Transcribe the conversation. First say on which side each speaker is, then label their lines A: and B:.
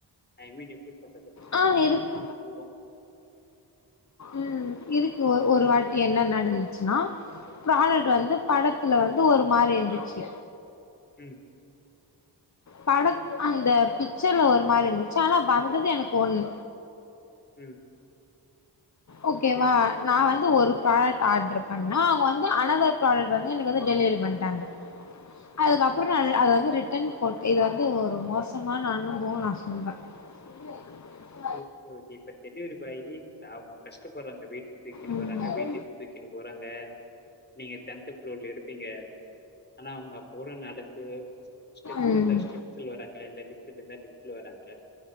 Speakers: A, on the left (about 25°); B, on the left (about 40°).
A: ஐமீன் எப்டிப்பட்டதுனு
B: ஆ
A: அதது
B: இருக்
A: அனுபவோ
B: ம் இருக்கு ஒ ஒரு வாட்டி என்ன நடந்துச்சின்னா ஃப்ராடக் வந்து படத்துல வந்து ஒரு மாரி இருந்துச்சி
A: ம்
B: படத் அந்த பிக்சர்ல ஒரு மாரி இருந்துச்சி ஆனா வந்தது எனக்கு ஒண்ணு
A: ம்
B: ஓகேவா நா
A: ஓகே,
B: வந்து ஒரு
A: ஓகே.
B: ப்ரா ஆட்டர் பண்ணா அவங்க வந்து அனதர் ப்ராடக் வந்து எனக்கு வந்து டெலிவரி பண்டாங்க
A: ம்.
B: அதுக்கப் அப்புறோ நா அத வந்து ரிட்டன் போட்டு இது வந்து ஒரு மோசமான அனுபவோ நா சொல்வ <unintelligible>
A: ஓகே ஓகே இப்ப டெலிவரி பாயி அவங்க கஷ்டப்படுறாங்க வீட்டுக் தூக்கின்னு
B: ம்
A: வர்றாங்க வெய்ட்டு தூக்கிண்ணு போறாங்க நீங்க டென்த் ஃபுளோர்ல இருப்பீங்க ஆனா அவங்க அப்ப கூட நடந்து ஸ்டெப்ஸ்
B: ம்
A: இருந்தா ஸ்டெப்ஸ்ல வராங்க இல்ல லிஃப்டுல இருந்தா லிஃப்ட்ல வராங்க